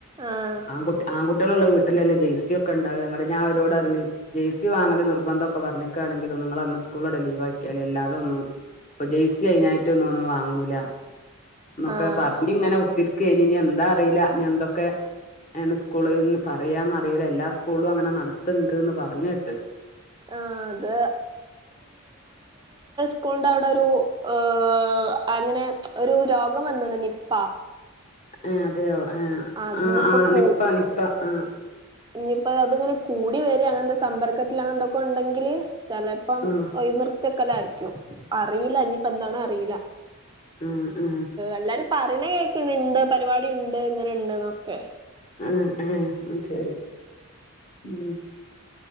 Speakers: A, on the right; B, on the left.
A: ആഹ്
B: ആൺകുട്ടി ആൺകുട്ടികളുള്ള വീട് ഇല്ലല്ലോ ജേ്സി ഒക്കെ ഉണ്ടാക ഞാൻ അവരോടറിഞ്ഞു ജേ്ഴ്സി വാങ്ങല് നിർബന്ധം ഒക്കെ പറഞ്ഞിക്കയാണെങ്കിൽ നിങ്ങളന്ന് സ്കൂളൂടെ ലീവ് ആക്കിയാല്ലി അ ല്ലാതൊന്നും ഇപ്പൊ ജേഴ്‌സി അതിനായിട്ടൊന്നോന്നും വാങ്ങൂല എന്നൊക്കെ
A: ആഹ്
B: പറഞ്ഞെ ഇതിങ്ങനെ കുത്തി ക്ക ഇനി എന്താ അറിയില്ല നി എന്തൊക്കെ ണ് സ്കൂള് എന്ന് പറയാന്നറിയൂല്ല എല്ലാ സ്കൂളും അങ്ങനെ നടത്ത്ണ്ടന്ന് പറഞ്ഞ് കേ ണ്ട്
A: ആഹ് അത് സ്‌കൂളിന്റവിടൊരു ഏഹ് അങ്ങനെ ഒരു രോഗം വന്ന്ണ് നിപ്പ
B: ഉം അതെയോ ആ
A: അതിനിപ്പോ
B: ആ ആ
A: കൂ
B: നിപ്പ നിപ്പ ആ
A: ഇനിയിപ്പോ അതിങ്ങനെ കൂടി വരി അങ്ങനത്തെ സമ്പർക്കത്തിൽ അങ്ങനന്തൊക്കെ ഉണ്ടെങ്കില് ചെലപ്പം
B: ആഹ്
A: ഒഴിനിർഥ്യ ക്കലായിരിക്കും അറിയില്ല ഇനിപ്പ എന്താണ അറിയില്ല
B: ആഹ്
A: എല്ലാരും പറയണ കേ ക്ക്ണ്ട് പരിപാടി ഉണ്ട് ഇങ്ങനെ ഇണ്ട്ന്നൊക്കെ
B: ആ ആ ആ ശരി ഉം